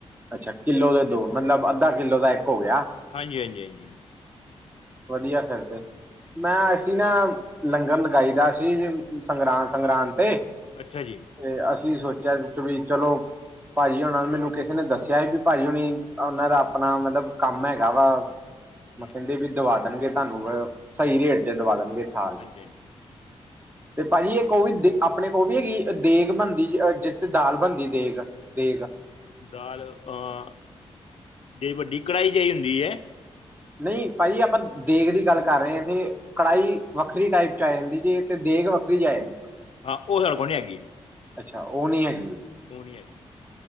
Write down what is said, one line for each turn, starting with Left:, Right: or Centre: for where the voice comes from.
Right: ਅੱਛਾ ਕਿੱਲੋ ਦੇ ਦੋ ਮਤਲਬ ਅੱਧਾ ਕਿੱਲੋ ਦਾ ਇੱਕ ਹੋ ਗਿਆ।
Left: ਹਾਂਜੀ ਹਾਂਜੀ ਹਾਂਜੀ।
Right: ਵਧੀਆ ਫਿਰ ਤੇ ਮੈਂ ਅਸੀਂ ਨਾ ਲੰਗਰ ਲਗਾਈ ਦਾ ਸੀ ਸੰਗਰਾਂਦ ਸੰਗਰਾਂਦ ਤੇ
Left: ਅੱਛਾ ਜੀ।
Right: ਤੇ ਅਸੀਂ ਸੋਚਿਆ ਚਲੋ ਭਾਜੀ ਹੋਣਾ ਮੈਨੂੰ ਕਿਸ-' ਕਿਸ ਨੇ ਦੱਸਿਆ ਸੀ ਵੀ ਭਾਈ ਹੁਣੀ ਉਹਨਾਂ ਦਾ ਆਪਣਾ ਮਤਲਬ ਕੰਮ ਹੈਗਾ ਵਾ।
Left: ਹੂੰ
Right: ਮੈਂ ਕਹਿੰਦੇ ਵੀ ਦਵਾ ਦੇਣਗੇ ਤੁਹਾਨੂੰ
Left: ਹੂੰ
Right: ਸਹੀ ਰੇਟ ਚ ਦਵਾ ਦੇਣਗੇ ਥਾਲ।
Left: ਹਾਂਜੀ ਹਾਂਜੀ
Right: ਤੇ ਭਾਜੀ ਇਹ ਕੋ ਵੀ ਦੇ ਆਪਣੇ ਕੋ ਵੀ ਹੈਗੀ ਦੇਗ ਬਣਦੀ ਜਿ ਦਾਲ ਬਣਦੀ ਦੇਗ। ਠੀਕ ਆ।
Left: ਦਾਲ ਅ ਜੇ ਵੱਡੀ ਕੜਾਹੀ ਜਿਹੀ ਹੁੰਦੀ ਹੈ।
Right: ਨਹੀਂ ਭਾਈ ਆਪਾਂ ਦੇਗ ਦੀ ਗੱਲ ਕਰ ਰਹੇ ਹਾਂ ਤੇ ਕੜਾਹੀ ਵੱਖਰੀ ਟਾਈਪ ਚ ਆ ਜਾਂਦੀ ਜੀ ਤੇ ਦੇਗ ਵੱਖਰੀ ਚ ਆ ਜਾਂਦੀ ਤੁ
Left: ਹਾਂ ਉਹ ਸਾਡੇ ਕੋਲ ਨੀ ਹੈਗੀ ਹੈ।
Right: ਅੱਛਾ ਉਹ ਨਹੀਂ ਹੈਗੀ।
Left: ਉਹ ਨੀ ਹੈਗੀ।